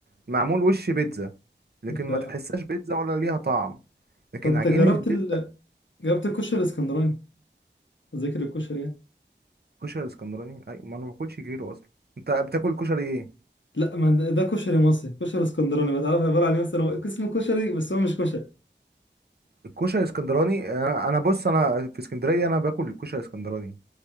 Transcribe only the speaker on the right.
معمول وش بيتزا لكن
ما تحسهاش بيتزا ولا ليها طعم لكن
عجينة
البيتزا
الكشري الاسكندراني اي ما انا ما باكلش غيره اصلا انت بتاكل كشري ايه
الكشري الاسكندراني انا أنا بص انا في اسكندرية انا باكل الكشري الاسكندراني